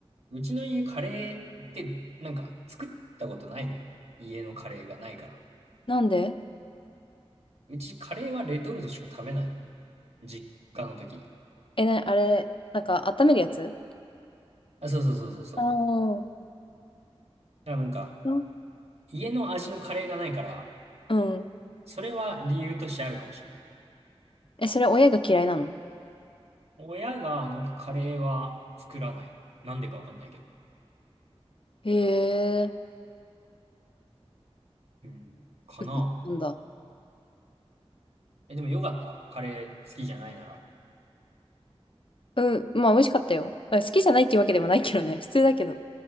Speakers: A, on the right; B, on the left.
A: うちの家カレーって、なんか、作ったことないのよ。家のカレーがないから。
B: なんで
A: うちカレーはレトルトしか食べないのね。実家の時。
B: え、な、あれ、なんか温めるやつ
A: あ、そうそうそうそうそう。
B: ああー、
A: だからなんか、
B: うん
A: 家の味のカレーがないから、
B: うん。
A: それは理由としてあるかもしれない。
B: え、それ親が嫌いなの
A: 親がなんかカレーは作らない。なんでかわかんないけど。
B: へえ、
A: うん。かな。
B: 売ってたんだ。
A: え、でもよかった。カレー好きじゃないなら。
B: うん、まあ美味しかったよ。だから好きじゃないっていうわけでもないけどね。普通だけど。